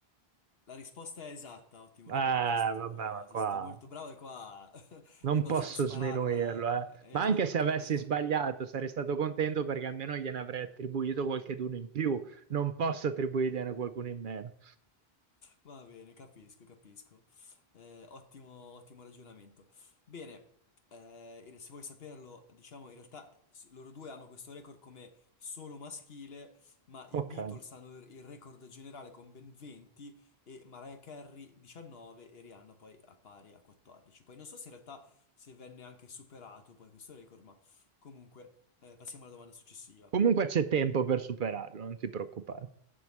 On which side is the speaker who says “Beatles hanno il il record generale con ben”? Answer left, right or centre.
Left